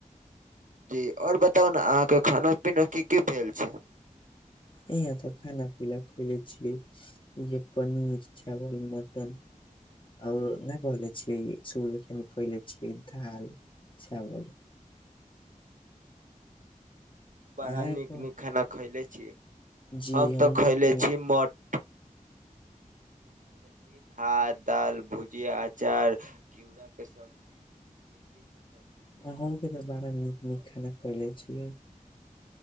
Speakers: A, on the right; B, on the left.
A: जी और बताउ ने अहाँके खाना पीना की की भेल छै
B: इहां त खाना पिनी खइले छियै जे पनीर चावल मटन और नहि कहले छियै सुबह कनि खएले छियै दाल चावल
A: बड़ा
B: अहाँ
A: नीक
B: कोन
A: नीक खाना खैयले छियै,
B: जी
A: हम
B: हमहूँ
A: त खैयले
B: नीक नीक
A: छियै मटन खयले छी भात दाल भुजिया अचार घिउराके सब्जी भिंडी के सब्जी इहे
B: अहुँ
A: सब खयले
B: के त बड़ा
A: छी
B: नीक
A: हम न
B: नीक
A: उतना
B: खाना खएले छियै